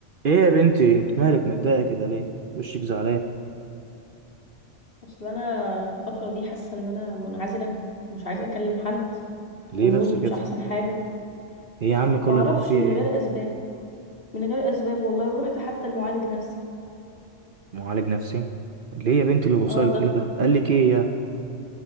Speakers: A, on the right; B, on the left.
A: ايه يا بنتي انت مالك متضايقه كده ليه وشك زعلان
B: اصل انا الفتره دي حاسه ان انا منعزله مش عايزه اكلم حد
A: ليه
B: ومودي
A: بس كده
B: مش احسن حاجه
A: ايه يا عم كل
B: ما اعرفش
A: ده فيه
B: من
A: ايه
B: غير اسباب من غير اسباب والله ورحت حتى المعالج نفسي
A: معالج نفسي ليه يا بنتي اللي وصل
B: اه
A: كل
B: ده
A: ده قال لك ايه يا